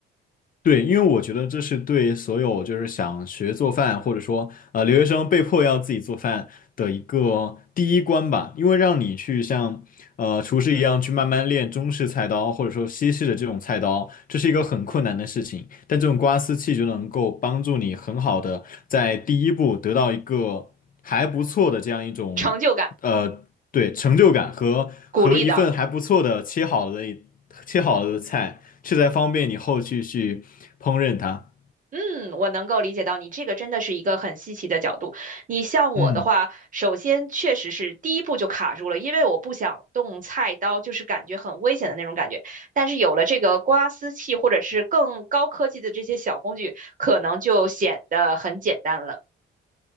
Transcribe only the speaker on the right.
成就感
鼓励到了。
嗯，我能够理解到你这个真的是一个很稀奇的角度。你像我的话，
首先确实是第一步就卡住了，因为我不想动菜刀，就是感觉很危险的那种感觉。但是有了这个刮丝器或者是更高科技的这些小工具，可能就显得很简单了。